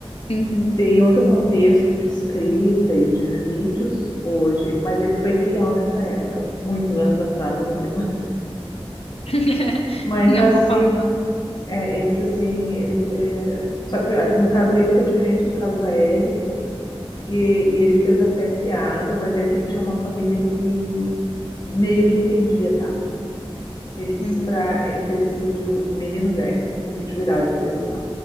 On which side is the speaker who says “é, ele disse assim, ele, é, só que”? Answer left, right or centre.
Left